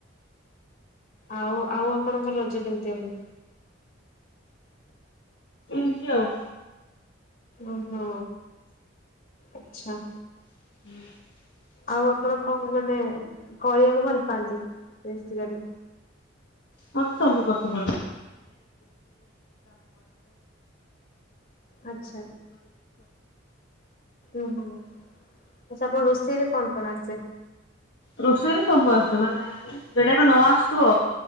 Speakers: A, on the left; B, on the left.
A: ଆଉ, ଆଉ ଆପଣଙ୍କର ରଜ କେମିତି ହୁଏ?
B: ଏମତି ଆଉ।
A: ଓ ହୋ ଆଚ୍ଛା।
B: <inaudible>
A: ଆଉ ଆପଣ କଣ ମାନେ କରିବାକୁ ଭଲ ପାଆନ୍ତି?
B: <unintelligible> ଶୋଇବ ସବୁ।
A: ଆଚ୍ଛା ଓ ହୋ ଆଛା, ଆପଣ ରୋଷେଇ ରେ କଣ କଣ ଆସେ।
B: ରୋଷେଇରେ ସବୁ ଆସେ, ମାନେ ଯେଟାବି ନ ଆସୁଥିବ।